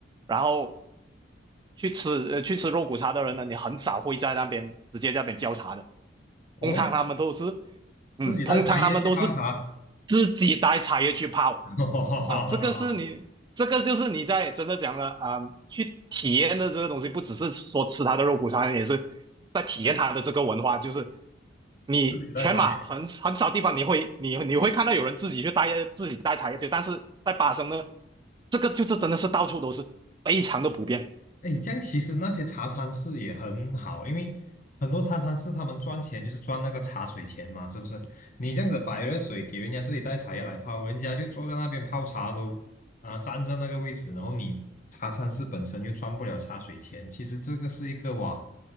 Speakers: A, on the right; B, on the left.
A: 然后去吃呃去吃肉骨茶的人呢，你很少会在那边直接在那边浇茶的，
B: 哦，
A: 通常他们都是
B: 自己带茶叶去泡茶，
A: 嗯，通常他们都是自己带茶叶去泡。
B: <laughs>
A: 啊，这个是你，这个就是你在真的讲了啊、去体验的这个东西，不只是说吃它的肉骨茶，也是在体验它的这个文化。就是你全马很很少地方你会你你会看到有人自己去带自己带茶叶去，
B: 自己带茶叶。
A: 但是在巴生呢，这个就是真的是到处都是，非常的普遍。
B: 哎，这样其实那些茶餐室也很好，因为很多茶餐室他们赚钱就是赚那个茶水钱嘛，是不是？你这样子摆热水给人家自己带茶叶来泡，人家就坐在那边泡茶都啊占在那个位置，然后你茶餐室本身又赚不了茶水钱，其实这个是一个哇